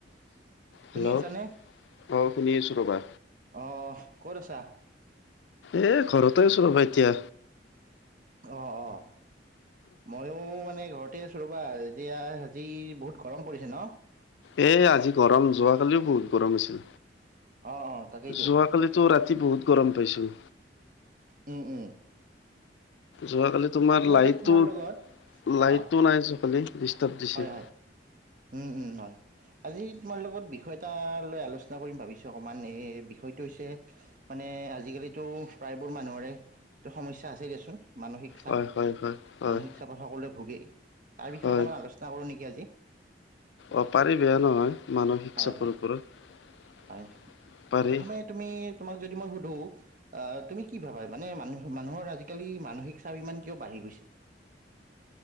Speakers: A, on the right; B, on the left.
A: <inaudible> শুনি
B: হেল্ল'
A: আছা নে,
B: অ শুনি আছো ৰ'বা।
A: অহ ক'ত আছা?
B: এই ঘৰতে আছোঁ ৰ'বা এতিয়া।
A: অ', অ', মই ময়ো মানে ঘৰতে আছোঁ ৰ'বা, এতিয়া আজি বহুত গৰম পৰিছে ন!
B: এ, আজি গৰম যোৱাকালিও বহুত গৰম আছিল।
A: অ', অ', তাকেইতো।
B: যোৱাকালিত ত' ৰাতি বহুত গৰম পাইছোঁ।
A: উম, উম।
B: যোৱাকালি তোমাৰ
A: আজি মানে
B: লাইটটো,
A: তোমাৰ লগত
B: লাইটটো
A: অ',
B: নাই যে ডিষ্টাৰ্ব দিছে।
A: হয়, হয়। উম, উম, হয়। আজি তোমাৰ লগত বিষয় এটা লৈ আলোচনা কৰিম ভাবিছোঁ অকণমান এই বিষয়টো হৈছে মানে আজিকালিটো প্ৰায়বোৰ মানুহৰে টো সমস্যা আছেই দিয়াচোন। মানসিক চাপ,
B: হয় হয় হয় হয়
A: মানসিক চাপত সকলোৱে ভোগেই। তাৰ বিষয়ে
B: হয়
A: অকণমান আলোচনা কৰোঁ নেকি আজি!
B: অ', পাৰি বেয়া নহয়, মানসিক
A: হয়,
B: চাপৰ
A: হয়।
B: ওপৰত
A: হয়
B: পাৰি।
A: প্ৰথমে তুমি, তোমাক যদি মই সোধোঁ তুমি কি ভাবা মানে মানুহ, মানুহৰ আজিকালি মানসিক চাপ ইমান কিয় বাঢ়ি গৈছে?